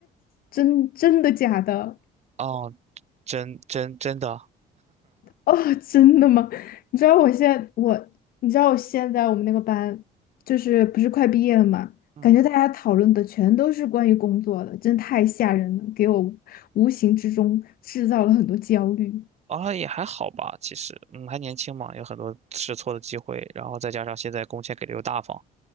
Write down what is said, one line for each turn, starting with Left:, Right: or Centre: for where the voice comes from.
Left: 真真的假的？
Right: 哦，真真真的，
Left: 哦，<laughs> 真的吗？你知道我现在我，你知道我现在我们那个班，就是不是快毕业了嘛？
Right: 嗯，
Left: 感觉大家讨论的全都是关于工作的，真的太吓人了，给我无形之中制造了很多焦虑。
Right: 啊也还好吧，其实，嗯，还年轻嘛，有很多试错的机会，然后再加上现在工钱给的又大方，